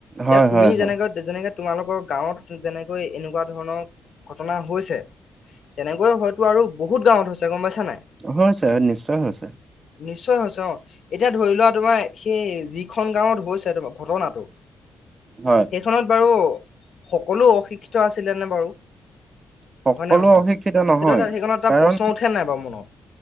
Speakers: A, on the left; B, on the right.
A: এতিয়া
B: হয়,
A: তুমি
B: হয়, হয়,
A: যেনেকৈ যেনেকে তোমালোকৰ গাঁৱত যেনে কৈ এনেকোৱা ধৰণৰ ঘটনা হৈছে তেনেকৈ হয় তো আৰু বহুত গাঁৱত হৈছে গম পাইছা নাই
B: হয় ছাৰ নিশ্চয় হৈছে
A: নিশ্চয় হৈছে অ এতিয়া ধৰি লোৱা তোমাৰ সেই যিখন গাঁৱত হৈছে তোমাৰ ঘটনাটো <inaudible>
B: হয়
A: খনত বাৰু সকলো অশিক্ষিত আছিলে নে বাৰু হয়
B: সকলো
A: নে নহয়
B: অশিক্ষিত
A: বাৰু
B: নহয়।
A: সেইটো এটা সেইকনত এটা
B: কাৰণ
A: প্ৰশ্ন উঠে নাই বাৰু মনত